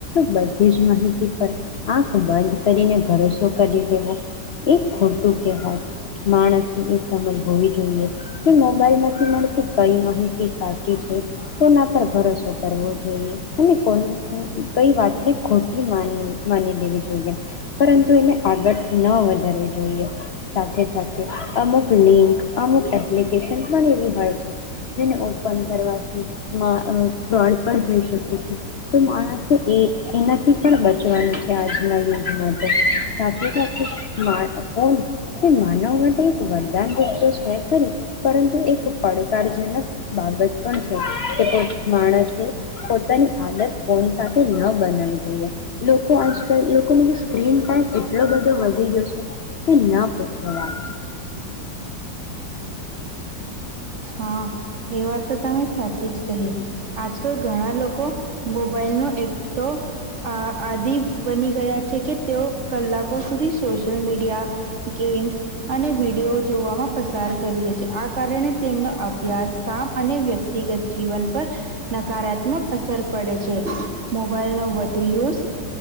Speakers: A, on the left; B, on the right.
A: બધી જ માહિતી પર આંખ બંધ કરીને ભરોસો કરી દેવો એ ખોટું કવાય માણસની એ સમજ હોવી જોઈએ કે મોબાઈલ માંથી મળતી કઈ માહિતી સાચી છે કોના પર ભરોસો કરવો જોઈએ અને કો કઈ વાતને ખોટી મા માની દેવી જોઈએ પરંતુ એને આગળ ન વધારવી જોઈએ સાથે સાથે અમુક લિંક અમુક એપ્લિકેશન પણ એવી હોય છે જેને ઓપન કરવાથી ફ્રોડ પણ થઈ શકે છે તો માણસ એનાથી પણ બચવાનું છે આજના યુગમાં તો સાથે સાથે ફોન તે માનવ માટે એક વરદાન રૂપ તો છે ખરી પરંતુ એક પડકારજનક બાબત પણ છે કે માણસે પોતાની આદત ફોન સાથે ન બનાવી જોઈએ લોકો આજકા લોકોનો સ્ક્રીન ટાઈમ એટલો બધો વધી ગયો છે તે ના પૂછવા વાળ
B: હા. એ વાત તો તમે સાચી જ કહી આજકાલ ઘણા લોકો મોબાઈલ નો એટલો આદિ બની ગયા છે કે તેઓ કલાકો સુધી સોશિયલ મીડિયા ગેમ્સ અને વિડીયો જોવામાં પસાર કરી દે છે આ કારણે કામ અને વ્યક્તિગત જીવન પર નકારાત્મક અસર પડે છે મોબાઈલ નો વધુ યુઝ